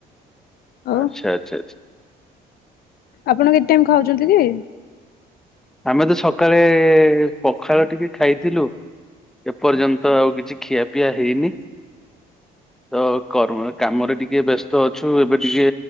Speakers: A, on the left; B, in the centre.
A: ଆଉ
B: ଆଚ୍ଛା ଆଚ୍ଛା
A: ଆପଣ କେତେ ଟାଇମ ଖାଉଛନ୍ତି କି?
B: ଆମେ ତ ସକାଳେ ପଖାଳ ଟିକେ ଖାଇଥିଲୁ ଏପର୍ଯ୍ୟନ୍ତ ଆଉ କିଛି ଖିଆ ପିଆ ହେଇନି ତ କାମରେ ଟିକେ ବ୍ୟସ୍ତ ଅଛୁ ଏବେ ଟିକେ